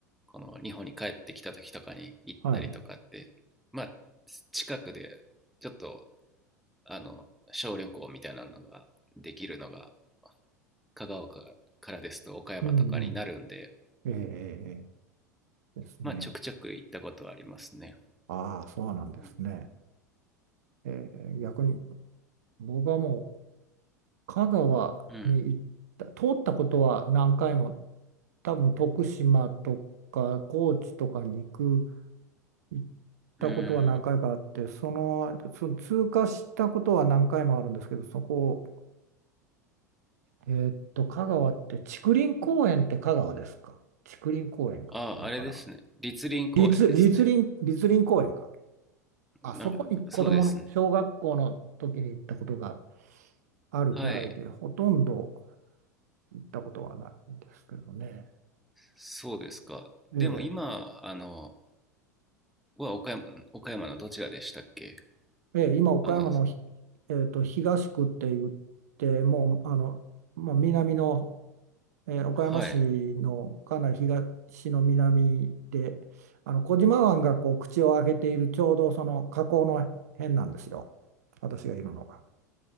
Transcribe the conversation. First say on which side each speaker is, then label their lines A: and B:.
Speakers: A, in the centre; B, on the right.
A: この日本に帰ってきた時とかに行ったりとかってまあ
B: はい。
A: 近くでちょっとあの小旅行みたいなのができるのが香川からですと岡山とかになるんで
B: うん、うん。えーえーですね。
A: まあちょくちょく行ったことはありますね
B: ああ、そうなんですね。
A: うん
B: えー、逆に、僕はもう、香川に行った、
A: うん
B: 通ったことは何回も、多分徳島とか高知とかに行く行っ
A: うん
B: たことは何回かあって、その、その通過したことは何回もあるんですけど、そこ、えーっと、香川って、竹林公園って香川ですか竹林公園っていうのかな。
A: あああれですね栗林公園ですね
B: 立、立林、立林公園か。あそこに子供の小学校の時に行ったことが
A: なそうですね
B: あるぐらいで、
A: はい
B: ほとんど行ったことはないんですけどね。
A: そうですかでも今あの
B: え
A: は岡山岡山のどちらでしたっけ
B: え、ええ、今、岡山のひ、
A: あの
B: えーっと、東区って言って、もう、あの、まあ、南のえー岡山市のかなり東の南で、
A: はい
B: あの小島湾がこう口を開けているちょうどその河口の辺なんですよ、私がいるのが。